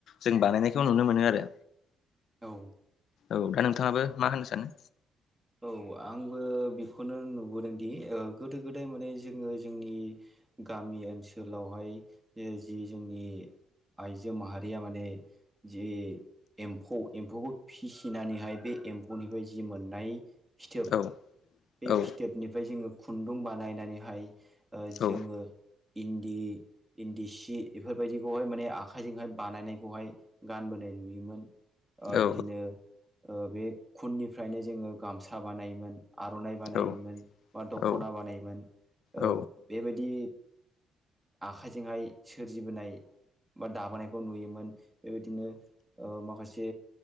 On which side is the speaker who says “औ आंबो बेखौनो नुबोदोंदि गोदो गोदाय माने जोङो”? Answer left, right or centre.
Right